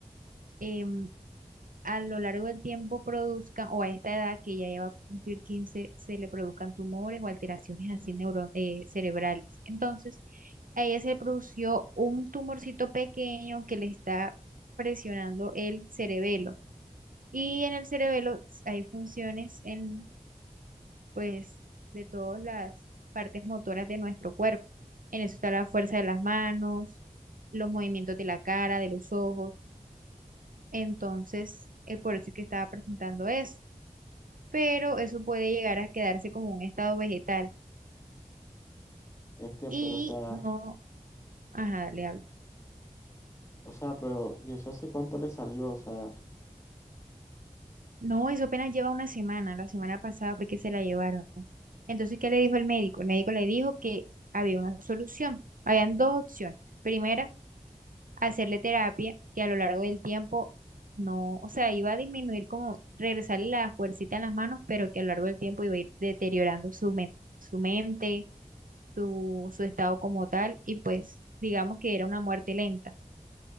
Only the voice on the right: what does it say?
em, a lo largo del tiempo produzcan, o a esta edad que ya lleva a cumplir 15 se le produzcan tumores o alteraciones así neuro- eh, cerebrales. Entonces, a ella se le produjo un tumorcito pequeño que le está presionando el cerebelo. Y en el cerebelo s- hay funciones en, pues, de todas las partes motoras de nuestro cuerpo. En eso está la fuerza de las manos, los movimientos de la cara, de los ojos. Entonces, es por eso que estaba presentando eso. pero eso puede llegar a quedarse como un estado vegetal.
Y
no, ajá, le hablo.
No, eso apenas lleva una semana, la semana pasada fue que se la llevaron. Entonces, ¿qué le dijo el médico? El médico le dijo que había una solución, habían dos opciones. Primera, hacerle terapia que a lo largo del tiempo no, o sea, iba a disminuir como regresarle la fuercita en las manos, pero que a lo largo del tiempo iba a ir deteriorando su mente, su mente, su, su estado como tal, y pues digamos que era una muerte lenta.